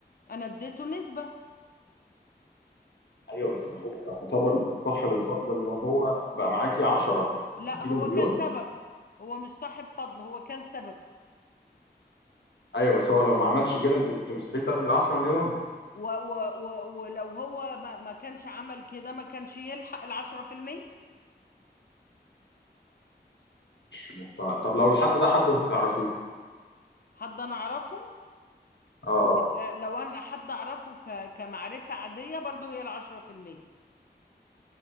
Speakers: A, on the left; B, on the left.
A: انا اديته نسبة
B: ايوه بس هو يعتبر صاحب الفضل ان هو بقى معاكي 10
A: لا
B: اديله
A: هو
B: مليون
A: كان سبب هو مش صاحب فضل هو كان سبب
B: ايوه بس هو لو ما عملش كده انت كنت مستحيل تاخدي ال 10 مليون
A: و و و ولو هو ما, ما كانش عمل كده ما كانش يلحق العشرة في المية
B: مش مقتنع طب لو الحد ده حد انت تعرفيه
A: حد أنا أعرفه
B: اه
A: آه، لو أنا حد أعرفه ك كمعرفة عادية برضه هي العشرة في المية